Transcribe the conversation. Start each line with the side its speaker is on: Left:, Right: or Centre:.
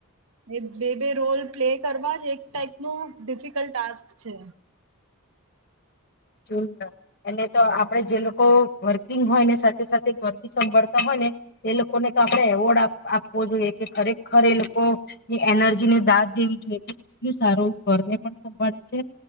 Right: એ બે બે રોલ પ્લે કરવા જ એક ટાઈપ ન ડિફિકલ્ટ ટાસ્ક છે
Left: જો એટલે તો આપડે જે લોકો વર્કિંગ હોય ને સાથે સાથે ગરબી સંભાળતા હોય એ લોકોને તો આપ એવોર્ડ આપવો જોઈએ કે ખરેખર એ લોકો એનર્જીને થ દેવી જોઈએ કે કેટલું સારું ઘરને પણ સંભાળે છે